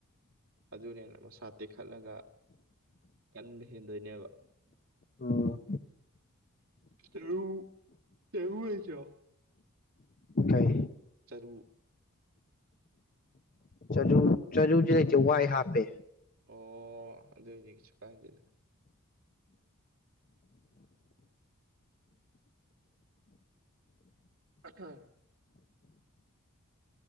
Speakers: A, on the right; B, on the left.
A: ꯑꯗꯨꯅꯦꯅ ꯃꯁꯥ ꯇꯦꯛꯈꯠꯂꯒ ꯀꯟꯕ ꯍꯦꯟꯗꯣꯏꯅꯦꯕ
B: ꯎꯝ
A: ꯆꯔꯨ ꯆꯔꯨ ꯂꯩꯇꯔꯣ
B: ꯀꯩ
A: ꯆꯔꯨ
B: ꯆꯔꯨ ꯆꯔꯨꯗꯤ ꯂꯩꯇꯦ ꯋꯥꯏ ꯍꯥꯞꯄꯦ
A: ꯑꯣ ꯑꯗꯨ ꯑꯣꯏꯗꯤ ꯀꯩꯁꯨ ꯀꯥꯏꯗꯦꯗ <unintelligible>